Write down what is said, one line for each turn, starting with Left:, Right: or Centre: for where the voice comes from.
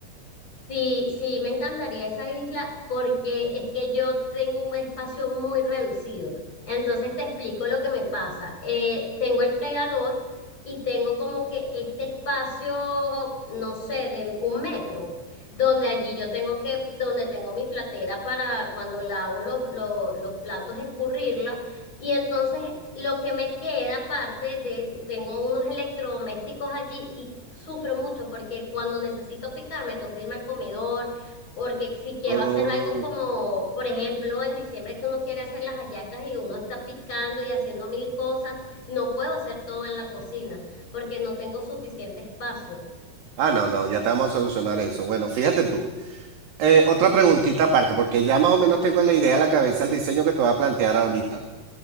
Left: Sí, sí, me encantaría esa isla porque es que yo tengo un espacio muy reducido. Entonces te explico lo que me pasa. Eh, tengo el fregador y tengo como que este espacio, no sé, de un metro, donde allí yo tengo que, donde tengo mi platera para cuando lavo los, los, los platos escurrirla. Y entonces lo que me queda aparte de, tengo unos electrodomésticos allí y sufro mucho porque cuando necesito picar me toca irme al comedor, porque si quiero
Right: Mm.
Left: hacer algo como, por ejemplo, en diciembre que uno quiere hacer las hallacas y uno está picando y haciendo mil cosas, no puedo hacer todo en la cocina porque no tengo suficiente espacio.
Right: Ah, no, no, ya te vamos a solucionar eso. Bueno, fíjate tú. Eh, otra preguntita aparte, porque ya más o menos tengo en la idea en la cabeza el diseño que te voy a plantear ahorita.